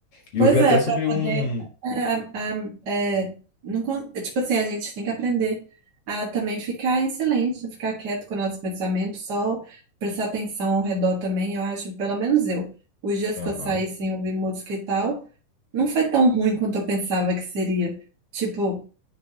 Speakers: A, on the left (about 50°); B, on the right (about 45°).
A: E
B: Pois
A: eu vi até
B: é,
A: sobre
B: para
A: um.
B: poder. é, a- a- é, não, con- é, tipo assim, a gente tem que aprender a também ficar em silêncio, ficar quieto com o nosso pensamento, só prestar atenção ao redor também. Eu acho, pelo menos eu, os dias
A: Aham.
B: que eu saí sem ouvir música e tal, não foi tão ruim quanto eu pensava que seria. Tipo,